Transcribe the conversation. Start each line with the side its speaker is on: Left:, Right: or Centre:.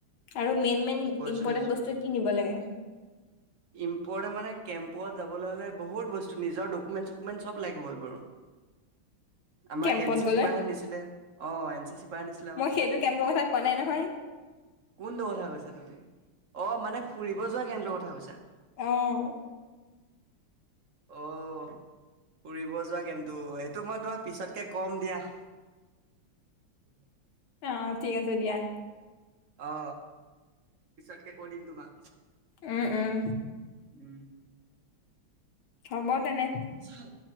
Left: আৰু মেইন মেইন
Right: বস্তু
Left: ইম্পৰ্তেন্ত
Right: চস্তু
Left: বস্তু কি নিব লাগে।
Right: ইম্পৰ্তেন মানে কেম্পত যাবলৈ হ'লে বহুত বস্তু নিজৰ ডকুমেন চকুমেন চব লাগিবই বাৰু। আমাক
Left: কেম্পত
Right: এন চি
Left: গ'লে
Right: চিৰ পৰাহে নিছিলে, অ', এন চি চিৰ পৰা হে নিছিলে আমাক।
Left: মই সেইটো কেম্পৰ কথা কোৱা নাই নহয়
Right: কোনটো কথা কৈছা তুমি? অ' মানে ফুৰিব যোৱা কেমটোৰ কথা কৈছা।
Left: অঁল।
Right: অঁ ফুৰিব যোৱা কেমটো সেইটো মই তোমাৰ পিছতকৈ ক'ম দিয়া। উম।
Left: অ ঠিক আছে দিয়া।
Right: অ পিছতকে কৈ দিম তোমাক।
Left: উম উম।
Right: উম।
Left: হ'ব তেনে।
Right: হয়।